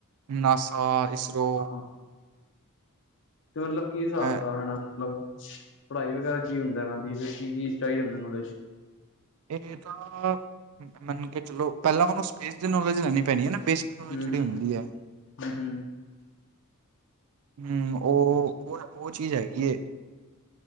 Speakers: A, on the right; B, on the left.
A: ਨਾਸਾ, ਇਸਰੋ
B: ਹਾਂ ਤੇ ਮਤਲਬ ਕੀ ਹਿਸਾਬ
A: ਇਹ
B: ਕਿਤਾਬ ਰਹਿਣਾ। ਮਤਲਬ ਪੜ੍ਹਾਈ ਵਗੈਰਾ ਕੀ ਹੁੰਦਾ ਇਹਨਾਂ ਦੀ ਕੀ ਕੀ ਚਾਹੀਦਾ ਹੁੰਦਾ ਨੌਲੇਜ।
A: ਇਹ ਤਾਂ ਮੰਨ ਕੇ ਚਲੋ ਪਹਿਲਾਂ ਉਹਨੂੰ ਸਪੇਸ ਦੀ ਨੌਲੇਜ ਲੈਣੀ ਪੈਣੀ ਐ ਨਾ ਬੇਸਿਕ। ਨੌਲੇਜ
B: ਹੂੰ,
A: ਜਿਹੜੀ
B: ਹੂੰ,
A: ਹੁੰਦੀ ਹੈ
B: ਹੂੰ, ਹੂੰ।
A: ਹੂੰ ਉਹ, ਉਹ, ਉਹ ਚੀਜ਼ ਹੈਗੀ ਏ